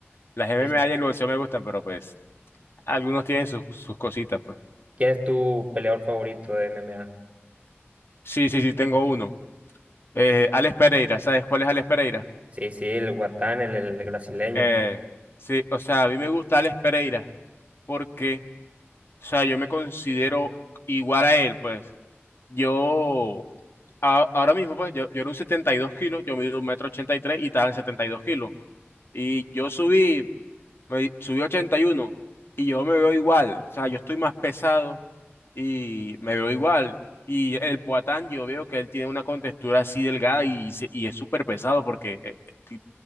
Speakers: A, on the left (about 60°); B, on the right (about 30°).
A: Las MMA
B: ¿Y
A: y el boxeo me gustan, pero pues algunos tienen sus, sus cositas, pues.
B: ¿Quién es tu peleador favorito de MMA?
A: Sí, sí, sí, tengo uno. Eh, Alex Pereira, ¿sabes cuál es Alex Pereira?
B: Sí, sí, el Guatán, el, el brasileño.
A: Eh, sí, o sea, a mí me gusta Alex Pereira porque, o sea, yo me considero igual a él, pues. Yo, a- ahora mismo, pues, yo, yo era un 72 kilos, yo mido un metro ochenta y tres y estaba en 72 kilos. Y yo subí Me subí ochenta y uno y yo me veo igual. O sea, yo estoy más pesado y me veo igual. Y el Poatán, yo veo que él tiene una contextura así delgada y, se- y es súper pesado porque eh, li-